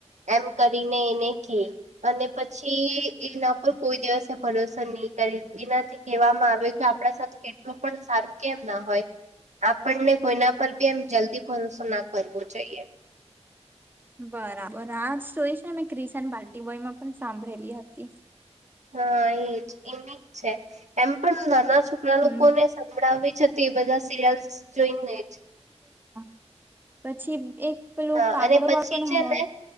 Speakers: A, on the right; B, on the right.
A: એમ કરીને એને કેય. અને પછી એના પર કોઈ દિવસે ભરોસ નઈ કરે એનાથી કહેવામાં આવ્યું કે આપણા સાથે કેટલું પણ સારું કેમ ના હોય આપણને કોઈના પર બી એમ જલ્દી ભરોસો ના કરવો જોઈએ
B: બરાબર આજ સ્ટોરી છે ને ન મેં ક્રિસન બાર્ટીબોય માં પણ સાંભળેલી હતી
A: હા એજ એની જ છે એમ પણ નાના છોકરા
B: હમ
A: લોકોને સંભળાવી જ હતી એ બધા સિરયલ્સ જોઈને જ
B: <inaudible> પછી એક પેલું
A: હા
B: કાગળો
A: અને પછી
B: પણ
A: છે
B: હોત
A: ને